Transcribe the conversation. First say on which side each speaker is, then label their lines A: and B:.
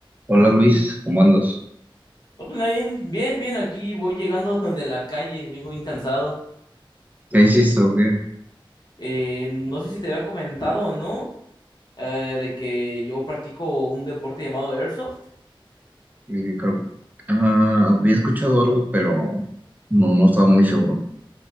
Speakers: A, on the right (about 20°); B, on the left (about 50°).
A: Hola Luis, ¿cómo andas?
B: Hola, Nadine, bien, bien, aquí voy llegando <laughs> de la calle, vengo bien cansado.
A: ¿Qué hiciste o qué?
B: Eh, no sé si te había comentado o no, eh, de que yo practico un deporte llamado Airsoft.
A: Eh, creo, ah, había escuchado algo, pero no, no estaba muy seguro.